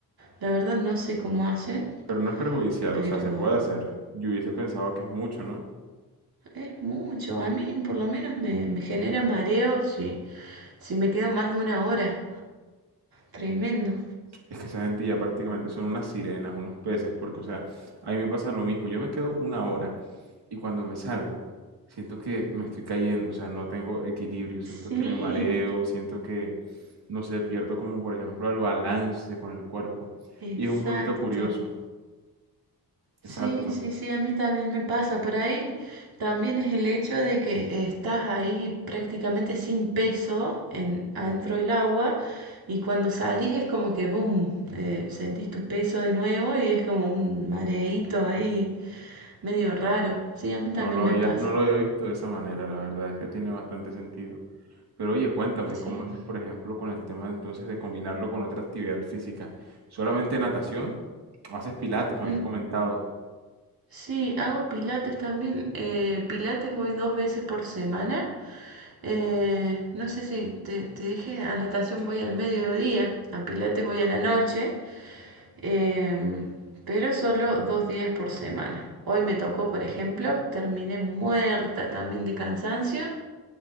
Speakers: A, on the right; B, on the right.
A: La verdad no sé cómo hacen,
B: Pero no es perjudicial,
A: pero
B: o sea, se puede hacer. Yo hubiese pensado que es mucho, ¿no?
A: es mucho. A mí por lo menos me, me genera mareo si, si me quedo más de una hora. Tremendo.
B: Es que esa gente ya prácticamente son unas sirenas, unos peces, porque, o sea, a mí me pasa lo mismo. Yo me quedo una hora y cuando me salgo, siento que me estoy cayendo, o sea, no tengo equilibrio, siento
A: Sí,
B: que me mareo, siento que, no sé, pierdo como, por ejemplo, el balance con el cuerpo.
A: exacto.
B: Y es un poquito curioso. Exacto.
A: Sí, sí, sí, a mí también me pasa. Por ahí también es el hecho de que estás ahí prácticamente sin peso en, adentro del agua y cuando salís es como que, boom, eh, sentís tu peso de nuevo y es como un mareíto ahí medio raro. Sí, a mí también
B: No lo
A: me
B: había,
A: pasa.
B: no lo había visto de esa manera, la verdad, es que tiene bastante sentido. Pero oye, cuéntame,
A: Sí.
B: ¿cómo haces, por ejemplo, con el tema entonces de combinarlo con otra actividad física? ¿Solamente natación? ¿O haces pilates? Me habías
A: Mm,
B: comentado.
A: Sí, hago pilates también. eh, pilates voy dos veces por semana. Eh, no sé si te, te dije, a natación voy al mediodía, a pilates voy a la noche. Em, pero solo dos días por semana. Hoy me tocó, por ejemplo, terminé muerta también de cansancio,